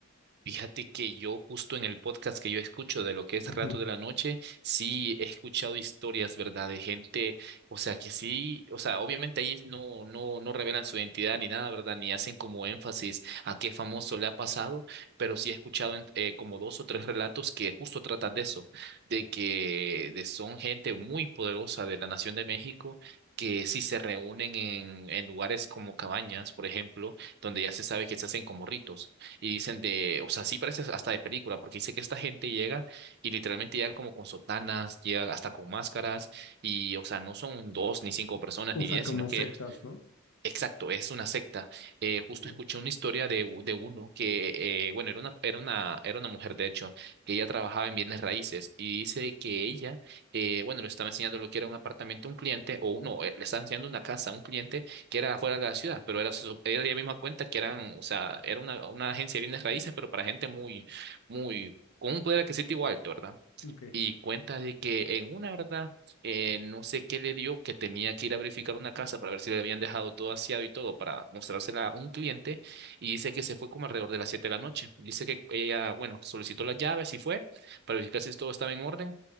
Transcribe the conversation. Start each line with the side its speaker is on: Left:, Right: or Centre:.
Right: Fíjate que yo justo en el podcast que yo escucho de lo que es
Left: Ujú.
Right: Rato de la Noche, sí he escuchado historias, ¿verdad? De gente, o sea, que sí, o sea, obviamente ahí no, no, no revelan su identidad ni nada, ¿verdad? Ni hacen como énfasis a qué famoso le ha pasado, pero sí he escuchado en- eh, como dos o tres relatos que justo tratan de eso, de que de, son gente muy poderosa de la Nación de México. que sí se reúnen en, en lugares como cabañas, por ejemplo, donde ya se sabe que se hacen como ritos. Y dicen de, o sea, sí parece hasta de película, porque dice que esta gente llega y literalmente llega como con sotanas, llega hasta con máscaras, y, o sea, no son dos, ni cinco personas,
Left: O
Right: ni
Left: sea,
Right: diez,
Left: como
Right: sino que
Left: sectas, ¿no?
Right: Exacto, es una secta. Eh,
Left: Ok.
Right: justo escuché una historia de, u- de uno que, eh, bueno, era una, era una, era una mujer, de hecho, que ella trabajaba en bienes raíces y dice que ella, eh, bueno, le estaba enseñando lo que era un apartamento a un cliente, o no, eh, le estaba enseñando una casa a un cliente que era afuera de la ciudad, pero era, se sup- ella misma cuenta que eran, o sea, era una, una agencia de bienes raíces, pero para gente muy, muy, con un poder adquisitivo alto, ¿verdad?
Left: Ok.
Right: y cuenta de que en una, ¿verdad? Eh, no sé qué le dio, que tenía que ir a verificar una casa para ver si le habían dejado todo aseado y todo para mostrársela a un cliente y dice que se fue como alrededor de las 7 de la noche. Dice que ella, bueno, solicitó las llaves y fue para verificar si todo estaba en orden